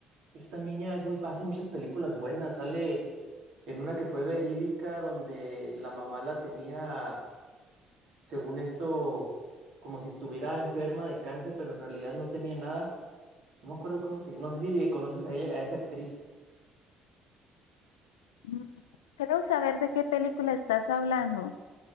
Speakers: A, on the right; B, on the left.
A: esta niña es muy, hace muchas películas buenas. Sale. en una que fue verídica, donde la mamá la tenía, según esto, como si estuviera enferma de cáncer, pero en realidad no tenía nada. No me acuerdo cómo se llama. No sé si conoces a ella, a esa actriz.
B: Mm, Creo saber de qué película estás hablando.